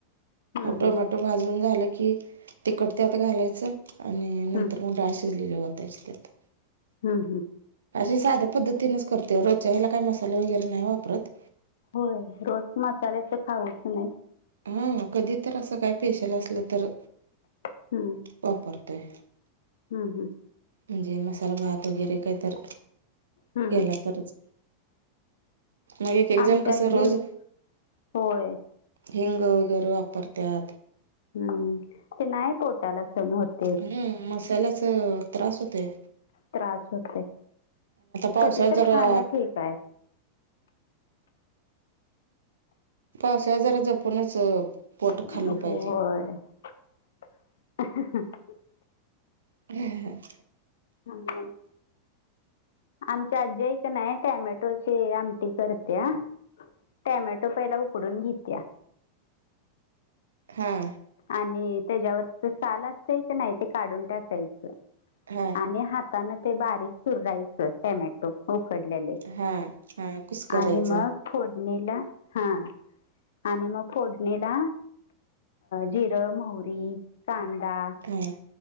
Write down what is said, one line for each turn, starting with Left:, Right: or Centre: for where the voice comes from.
Left: हं
Right: म टोमॅटो भाजून झालं की तिखट त्यात घालायचं. आणि
Left: हं
Right: नंतर मग, डाळ शिजलेली वतायची त्यात.
Left: हम् हम्.
Right: अशी साध्या पद्धतीनेच करते रोजच्या ह्याला मसाला वगैरे नाय वापरत.
Left: होय रोज मसाल्याचं खाऊच नई.
Right: हम्म.. कधी तर असं, काय स्पेशल असलं तर.
Left: हम्म.
Right: वापरतोय.
Left: हम्म हम्म.
Right: म्हणजे मसाला भात वगैरे काय तर
Left: हं
Right: केला तरच. मग एक एक
Left: आमची
Right: जण कसं
Left: आजी
Right: रोज
Left: होय
Right: हिंग वगैरे वापरतयात.
Left: हम्म ते नाही पोटाला सहन होत.
Right: हम्म मसाल्याच त्रास होतय.
Left: त्रास होते
Right: पावसाळ्यात
Left: कधी तर
Right: जरा
Left: खाणं ठीक हाय.
Right: पावसाळ्यात जरा जपूनच. पोट
Left: होय.
Right: खाल्लं पाहिजे <inaudible>
Left: <unintelligible> आमची आजी हाय क नाय टोमॅटोची आमटी करत्या. टोमॅटो पहिला उकडून घित्या.
Right: हां..
Left: आणि त्याच्यावरच साल असतय कीनाय ते काढून टाकायचं.
Right: हां..
Left: आणि हाताने ते बारीक चुरायच टॉमे उकडलेले
Right: हा हा कुस करायचं
Left: आणि मगं, फोडणीला. हा आणि मग, फोडणीला जिरं मोहरी कांदा.
Right: हां.